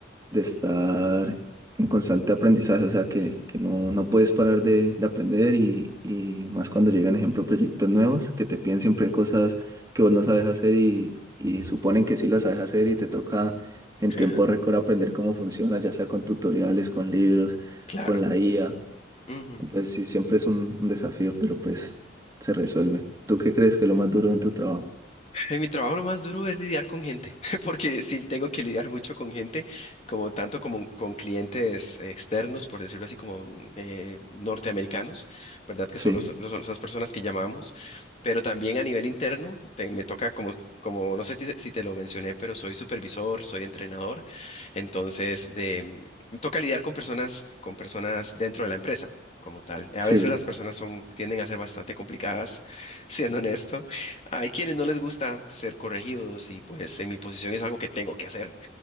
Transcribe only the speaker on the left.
<laughs>
Claro.
Ujú.
<laughs> En mi trabajo lo más duro es lidiar con gente, <laughs> porque sí tengo que lidiar mucho con gente, como tanto como con clientes externos, por decirlo así, como mm, eh, norteamericanos, ¿verdad? Que
son, los, son esas personas que llamamos, pero también a nivel interno, te- me toca como, como, no sé ti- si te lo mencioné, pero soy supervisor, soy entrenador, entonces de, me toca lidiar con personas, con personas dentro de la empresa. como tal. A
veces las personas son, tienden a ser bastante complicadas, <laughs> siendo honesto, hay quienes no les gusta ser corregidos y pues en mi posición es algo que tengo que hacer.